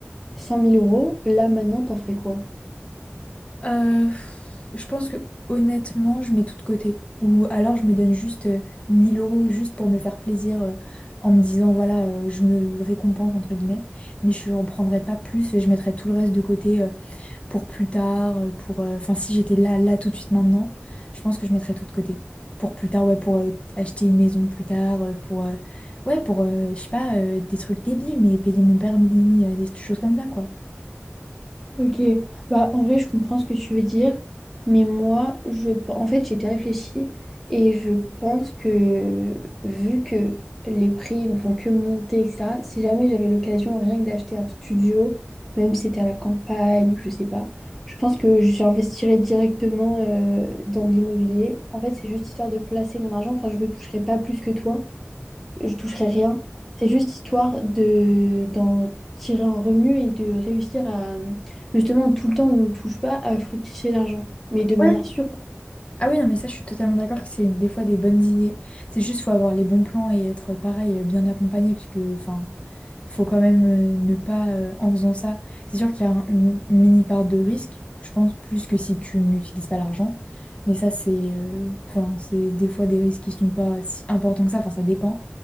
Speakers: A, in the centre; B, on the left.
A: 100 000 euros, là maintenant, t'en ferais quoi?
B: Euh, pff, je pense que honnêtement, je mets tout de côté. Ou alors je me donne juste euh, 1000 euros juste pour me faire plaisir euh, en me disant, voilà, euh, je me récompense, entre guillemets mais je n'en prendrai pas plus et je mettrai tout le reste de côté pour plus tard, euh, pour... euh, Enfin, si j'étais là, là, tout de suite, maintenant, je pense que je mettrais tout de côté. Pour plus tard, ouais, pour euh, acheter une maison plus tard, euh, pour... euh, ouais, pour, euh, je sais pas, euh, des trucs débiles, mais payer mon permis, euh, des choses comme ça, quoi.
A: Ok, bah en vrai je comprends ce que tu veux dire, mais moi je en fait j'ai déjà réfléchi et je pense que vu que les prix ne font que monter, etc., si jamais j'avais l'occasion rien que d'acheter un studio, même si c'était à la campagne ou je sais pas, je pense que j'investirais directement euh, dans de l'immobilier. En fait, c'est juste histoire de placer mon argent, enfin je le toucherai pas plus que toi, je toucherai rien. C'est juste histoire de d'en tirer un revenu et de réussir à, justement, tout le temps où on ne touche pas, à fructifier l'argent. Mais de manière
B: Ouais,
A: sûre. quoi.
B: Ah oui, non, mais ça, je suis totalement d'accord que c'est des fois des bonnes idées. C'est juste, faut avoir les bons plans et être pareil, euh, bien accompagné, puisque, enfin, faut quand même euh, ne pas, euh, en faisant ça. C'est sûr qu'il y a un- une mini part de risque, je pense, plus que si tu n'utilises pas l'argent. Mais ça, c'est, euh, enfin, c'est des fois des risques qui sont pas si importants que ça, enfin, ça dépend.